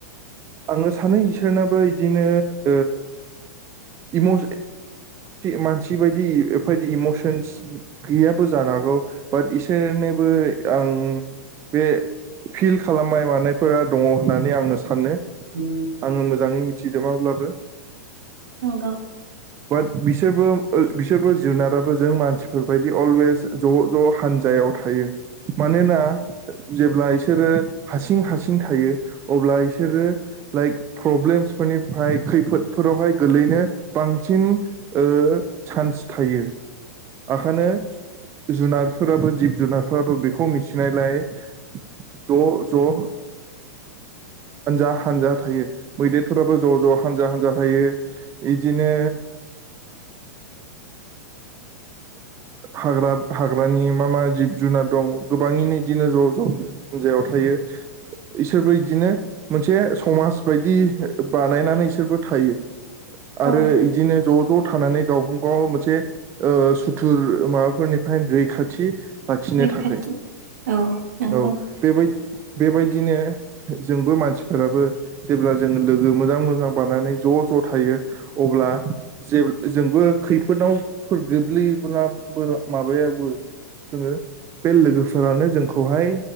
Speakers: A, on the right; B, on the right.
A: आङो सानो। इसोरनाबो बिदिनो एदिनो मानसि बायदि एबायदि इमसन्स गैयाबो जानो हागौ बाट इसोरनोबो आं बे फिल खालामनाय मानायफोरा दङ होननानै आङो सानो।
B: उम
A: आङो मोजाङै मिथिजोबाब्लाबो
B: नंगौ
A: बाट। बिसोरबो बिसोरबो जुनाराबो जों मानसिफोर बायदि अलवेस ज' ज' हान्जायाव थायो मानोना जेब्ला बिसोरो हारसिं हारसिं थायो अब्ला इसोरो लाइक प्रब्लेमसफोरनिफ्राय खैफोदफोरावहाय गोल्लैनो बांसिन ओ चान्स थायो आखायनो जुनारफोराबो जिब जुनारफोराबो बेखौ मिथिनायलाय ज' ज' ओ हानजा हानजा थायो। मैदेरफोराबो ज' ज' हानजा हानजा थायो इदिनो हाग्रा हाग्रानि मा मा जिब जुनार दं गोबाङैनो इदिनो ज' ज' हान्जायाव थायो इसोरबो इदिनो मोनसे समाज बायदि। बिदि बानायनानै इसोरबो थायो।
B: औ
A: आरो बिदिनो ज' ज' थानानै गाव गाव मोनसे सुथुर माबाफोरनिफ्राय रैखाथि लाखिनो
B: रैखाथि
A: थाखाय
B: औ नंगौ
A: औ बेबायदि। बेबायदिनो जोंबो मानसिफोराबो जेब्ला जोङो लोगो मोजां मोजां बानानै ज' ज' थायो अब्ला जे जोंबो खैफोदावफोर गोग्लैयोब्लाबो माबायाबो जोङो बे लोगोफोरानो जोंखौहाय